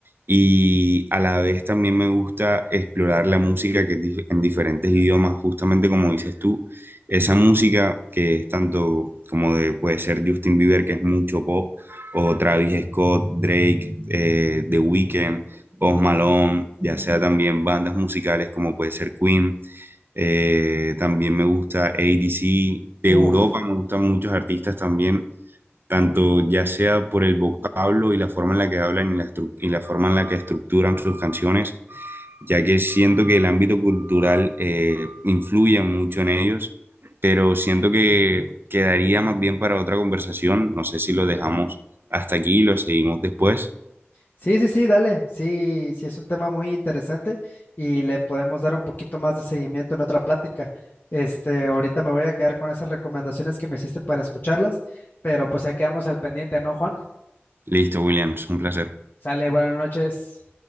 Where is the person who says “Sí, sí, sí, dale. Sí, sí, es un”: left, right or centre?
Left